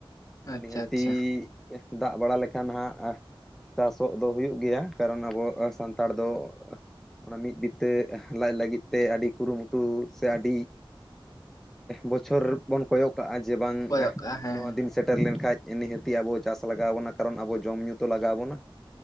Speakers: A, in the centre; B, on the left.
A: ᱟᱨ
B: ᱟᱪᱪᱷᱟ
A: ᱱᱤᱦᱟᱹᱛᱤ
B: ᱟᱪᱪᱷᱟ
A: ᱫᱟᱜ ᱵᱟᱲᱟ ᱞᱮᱠᱷᱟᱱ ᱦᱟᱸᱜ, ᱪᱟᱥᱚᱜ ᱫᱚ ᱦᱩᱭᱩᱜ ᱜᱮᱭᱟ ᱠᱟᱨᱚᱱ ᱟᱵᱚ ᱥᱟᱱᱛᱟᱲ ᱫᱚ ᱚᱱᱟ ᱢᱤᱫ ᱵᱤᱛᱟᱹ ᱞᱟᱡ ᱞᱟᱹᱜᱤᱫ ᱛᱮ ᱟᱹᱰᱤ ᱠᱩᱨᱩᱢᱩᱴᱩ ᱥᱮ ᱟᱹᱰᱤ ᱵᱚᱪᱷᱚᱨ ᱵᱚᱱ ᱠᱚᱭᱚᱜ ᱠᱟᱜᱼᱟ, ᱡᱮ ᱵᱟᱝ
B: ᱠᱚᱭᱚᱜ ᱠᱟᱜᱼᱟ ᱦᱮᱸ
A: ᱱᱚᱣᱟ ᱫᱤᱱ, ᱥᱮᱴᱮᱨ ᱞᱮᱱᱠᱷᱟᱡ ᱱᱤᱦᱟᱹᱛᱤ ᱟᱵᱚ ᱪᱟᱥ ᱞᱟᱜᱟᱣ ᱟᱵᱚᱱᱟ ᱠᱟᱨᱚᱱ ᱟᱵᱚ ᱡᱚᱢ ᱧᱩᱛᱚ ᱞᱟᱜᱟᱣ ᱟᱵᱚᱱᱟ᱾